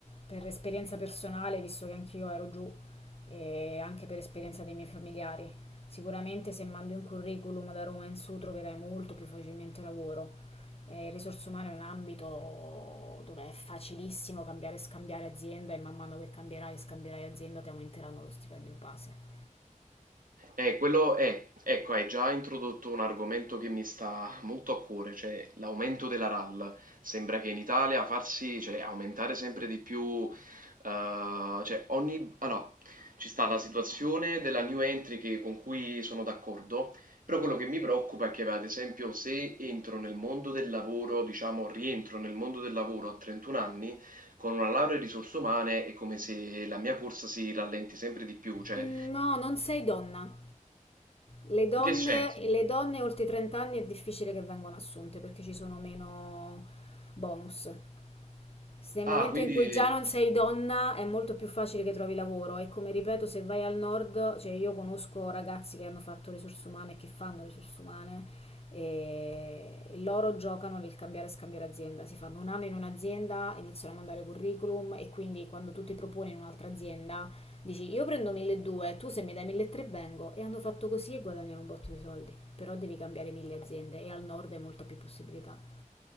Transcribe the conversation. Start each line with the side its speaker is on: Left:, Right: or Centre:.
Left: per esperienza personale, visto che anch'io ero giù, e anche per esperienza dei miei familiari. Sicuramente se mandi un curriculum da Roma in su troverai molto più facilmente lavoro. Eh, risorse umane è un ambito dove è facilissimo cambiare e scambiare azienda e man mano che cambierai e scambierai azienda ti aumenteranno lo stipendio base.
Right: Eh, quello è, ecco, hai già introdotto un argomento che mi sta molto a cuore, cioè l'aumento della RAL. Sembra che in Italia farsi, cioè, aumentare sempre di più, eh, cioè ogni... Allora, ci sta la situazione della new entry che- con cui sono d'accordo, però quello che mi preoccupa è che, ad esempio, se entro nel mondo del lavoro, diciamo, rientro nel mondo del lavoro a 31 anni, con una laurea in risorse umane è come se la mia corsa si rallenti sempre di più, cioè...
Left: No, non sei donna. Le donne,
Right: In che senso?
Left: le donne oltre i 30 anni è difficile che vengano assunte perché ci sono meno bonus se nel
Right: Ah,
Left: momento
Right: quindi...
Left: in cui già non sei donna è molto più facile che trovi lavoro e come ripeto se vai al nord, cioè io conosco ragazzi che hanno fatto risorse umane e che fanno risorse umane e, e loro giocano nel cambiare e scambiare azienda, si fanno un anno in un'azienda, iniziano a mandare curriculum e quindi quando tu ti proponi in un'altra azienda dici io prendo 1200, tu se mi dai 1300 vengo e hanno fatto così e guadagnano un botto di soldi, però devi cambiare mille aziende e al nord hai molta più possibilità.